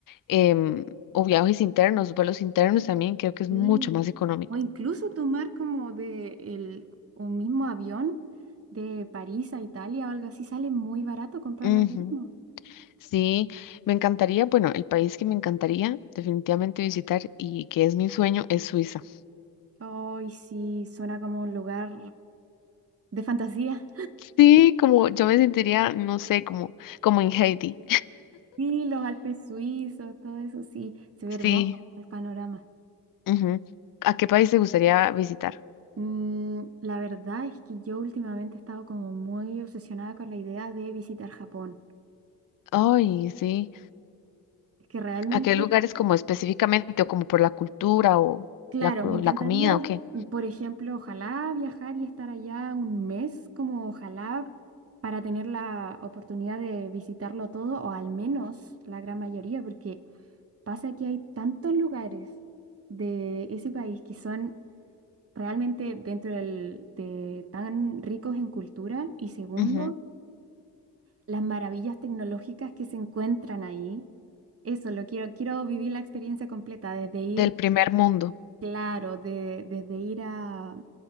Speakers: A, on the left; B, on the right.
A: em, o viajes internos, vuelos internos también, creo que es
B: Sí.
A: mucho más económico.
B: O incluso tomar como de el, un mismo avión de París a Italia o algo así, sale muy barato comprarlo
A: Ujú,
B: ahí mismo.
A: Sí, me encantaría, bueno, el país que me encantaría definitivamente visitar y que es mi sueño es Suiza.
B: Ay, sí, suena como un lugar de fantasía.
A: Sí, como yo me sentiría, no sé, como, como en Haití.
B: Sí, los Alpes suizos, todo eso, sí, se ve hermoso
A: Sí.
B: el panorama.
A: ujú. ¿A qué país te gustaría visitar?
B: Mm, la verdad es que yo últimamente he estado como muy obsesionada con la idea de visitar Japón.
A: Ay, sí.
B: Es que realmente
A: ¿A qué lugares como específicamente o como por la cultura o
B: Claro,
A: la, cu-
B: me encantaría,
A: la comida o qué?
B: mm, por ejemplo, ojalá viajar y estar allá un mes, como ojalá para tener la oportunidad de visitarlo todo, o al menos la gran mayoría, porque pasa que hay tantos lugares de ese país que son realmente dentro del- de tan ricos en cultura, y segundo,
A: Ujú,
B: las maravillas tecnológicas que se encuentran ahí. Eso, lo quiero, quiero vivir la experiencia completa, desde ir
A: Del primer mundo,
B: Claro, de- desde ir a,